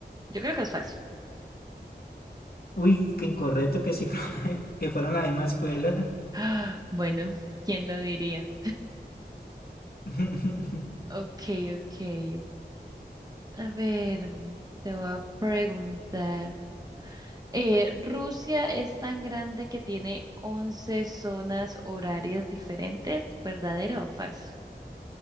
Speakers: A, on the right; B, on the left.
A: Yo creo que es falso. <gasps>
B: Uy, qué incorrecto que sí fue- <laughs> que fueron la misma escuela.
A: Ah, Bueno, ¿quién lo diría?
B: <laughs>
A: Ok, ok. A ver, mm, te voy a preguntar. Eh, Rusia es tan grande que tiene 11 zonas horarias diferentes, ¿verdadero o falso?